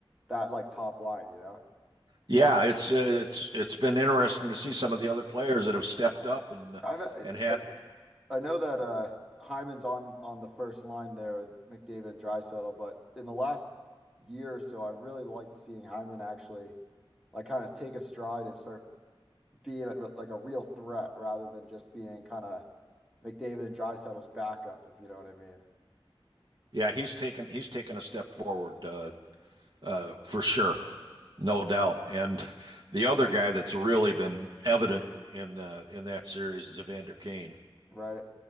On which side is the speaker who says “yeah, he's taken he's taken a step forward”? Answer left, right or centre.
Right